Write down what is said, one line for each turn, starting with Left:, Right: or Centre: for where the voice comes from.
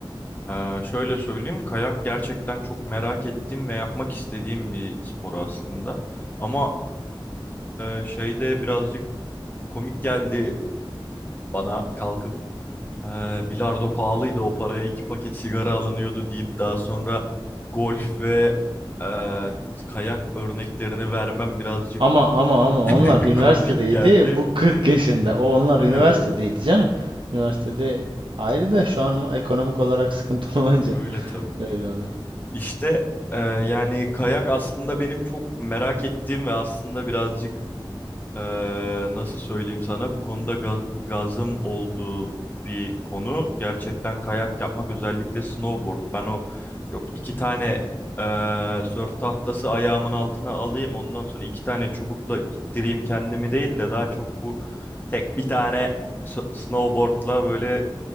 Left: E, şöyle söyleyeyim, kayak gerçekten çok merak ettiğim ve yapmak istediğim bir spor aslında. Ama e, şeyde birazcık komik geldi bana kalkıp Ee, bilardo pahalıydı o paraya iki paket sigara alınıyordu deyip daha sonra golf ve e, kayak örneklerini vermem birazcık
Right: Ama ama ama onlar
Left: <laughs>
Right: üniversitedeydi.
Left: komik geldi.
Right: Bu 40 yaşında. O onlar üniversitedeydi
Left: Evet
Right: canım. Üniversitede ayrı da şu an ekonomik olarak sıkıntı <laughs> olunca
Left: ya öyle tabii.
Right: öyle oldu.
Left: İşte e, yani kayak aslında benim çok merak ettiğim ve aslında birazcık Ee, nasıl söyleyeyim sana bu konuda gaz- gazım olduğu bir konu. Gerçekten kayak yapmak özellikle snowboard. Ben o yok iki tane ee, sörf tahtası ayağımın altına alayım ondan sonra iki tane çubukla ittireyim kendimi değil de daha çok bu tek bir tane s- snowboardla böyle